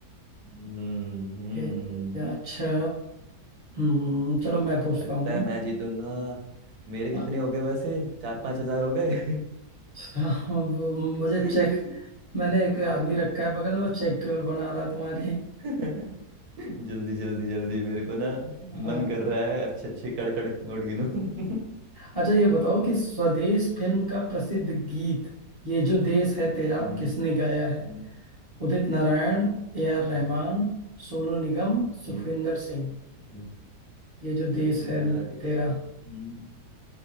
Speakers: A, on the right; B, on the left.
A: हम्म हम्म,
B: ए, अच्छा हम्म चलो मैं पूछता
A: लगता
B: हूँ
A: है मैं जीतूंगा मेरे
B: अ,
A: कितने हो गए वैसे चार पांच हजार हो गए
B: वो मुझे
A: <laughs>
B: चेक मैंने एक आदमी रखा है बगल में वो चेक केवल बना रहा है तुम्हारी
A: <laughs> जल्दी जल्दी जल्दी मेरे को ना
B: हाँ
A: मन कर रहा है अच्छे अच्छे कड़क कड़क नोट गिनूं <laughs> हम्म
B: अच्छा ये बताओ कि स्वदेश फिल्म का प्रसिद्ध गीत ये जो देश है तेरा
A: हम्म
B: किसने गाया है
A: हम्म,
B: Udit Narayan A R Rahman
A: हम्म,
B: Sonu Nigam Sukhwinder
A: हम्म,
B: Singh
A: हम्म।
B: ये जो देश
A: यार
B: है
A: ये
B: तेरा
A: हम्म,